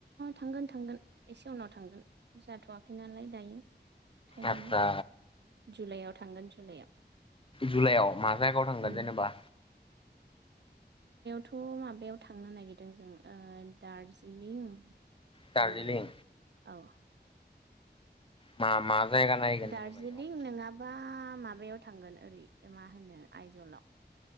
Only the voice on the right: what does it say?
थांगोन थांगोन एसे उनाव थांगोन जाथ'वाखै नालाय दायो टाइमानो
जुलाइआव थांगोन जुलायाव
उम
थ' माबायाव थांनो नागिरदों जों ओ दार्जिलिं थांनो
नागिरदों औ
दार्जिलिं
नोङाबा माबा माबायाव थांगोन ओरै मा होनो आइजलाव